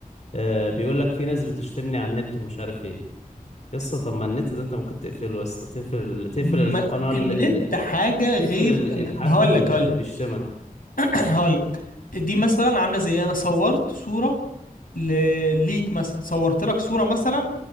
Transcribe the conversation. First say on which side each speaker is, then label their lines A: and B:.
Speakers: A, on the left; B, on the left.
A: آه بيقول لك في ناس بتشتمني على النت ومش عارف إيه يسطا طب ما النت ده أنت ممكن تقفله يسطا تقفل تقفل
B: ما
A: القناة اللي...
B: النت حاجة
A: تقفل
B: غير
A: ال-
B: ما
A: الحد
B: ما هقول
A: اللي
B: لك هقول لك
A: بيشتمك
B: هقول لك <clears throat> دي مثلا عاملة زي انا صورت صورة ل... ليك مثلا صورت لك صورة مثلا